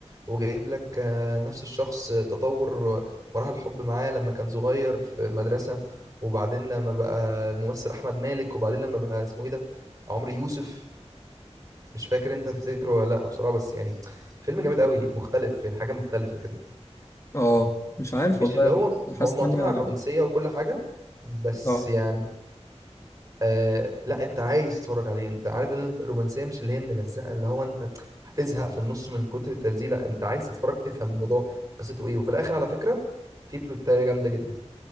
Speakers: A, on the right; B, on the left.
A: وجايب لك آه، نفس الشخص آه، تطور آه، مراحل الحب معاه لما كان صغير في مدرسة وبعدين لما بقى الممثل أحمد مالك وبعدين لما بقى اسمه إيه ده عمرو يوسف مش فاكر أنت تفتكره ولا لأ بصراحة بس يعني فيلم جامد قوي مختلف يعني حاجة مختلفة كده
B: اه مش عارف
A: مش
B: والله
A: اللي هو
B: بس
A: هو
B: حاسس
A: معتمد
B: ان انا
A: على الرومانسية وكل حاجة بس
B: اه
A: يعني آه لا انت عايز تتفرج عليه انت عارف ان الرومانسيه مش اللي هي ملزقه اللي هو انت هتزهق في النص من كتر التلزيق لا انت عايز تتفرج تفهم الموضوع قصته ايه وفي الاخر على فكره في بلوتايه جامده جدا